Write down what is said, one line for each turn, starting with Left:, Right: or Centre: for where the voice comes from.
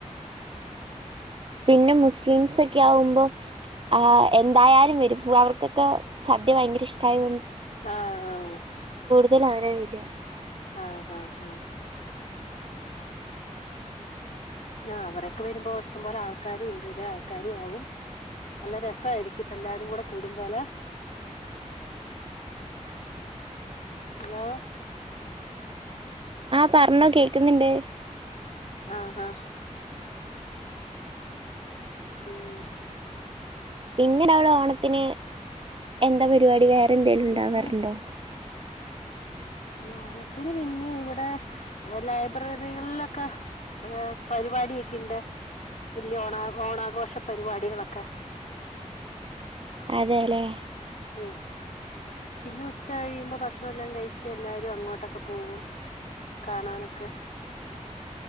Right: പിന്നെ മുസ്ലീംസ് ഒക്കെ ആവുമ്പോ ആ എന്തായാലും വരും അവർക്കൊക്കെ സദ്യ ഭയങ്കര ഇഷ്ടായോ
Left: ആഹ് ഹാ
Right: ജെല് ആരായിരിക്കും
Left: അ ഹാ ഹാ അ അവരൊക്കെ വരുമ്പോ ഇഷ്ടംപോലെ ആൾക്കാരും ഉണ്ട് ല്ലാ ആൾക്കാരും ആവും നല്ല രസായിരിക്കും എല്ലാരും കൂടെ കൂടുംപോലെ ഹലോ
Right: ആ പറഞ്ഞോ കേക്ക്ന്നണ്ട്
Left: ആ ഹാ ഉം
Right: പിന്നെ അവിടെ ഓണത്തിന് എന്താ പരിപാടി വേ ന്തേലും
Left: പിന്നെ
Right: ഉണ്ടവാറുണ്ടോ
Left: ഓണത്തിന് പിന്നെ ഇവിടെ ലൈബ്രറികളിലൊക്കെ ഏ പരിപാടിയൊക്കെ ഇണ്ട് വല്യ ഓണാ ഓണാഘോഷ പരിപാടികളൊക്കെ
Right: അതേല്ലേ
Left: ഉം പിന്നെ ഉച്ച കഴിയുമ്പോ ഭക്ഷണം എല്ലാം കഴിച്ച് എല്ലാരും അങ്ങോട്ടൊക്കെ പോവും കാണാനൊക്കെ